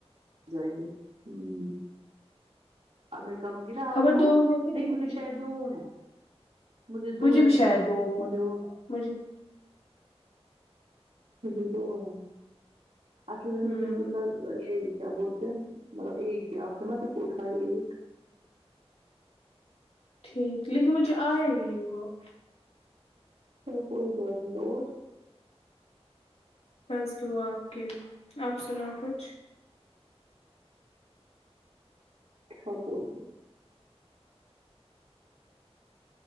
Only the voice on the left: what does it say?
خبر
دو ہے کہ
بھی شاید
دو ہے
مجھے
ہوں
ٹھیک لیکن مجھے آیا ہی نہیں وہ
بس دعا آپ کی آپ سناؤ کچھ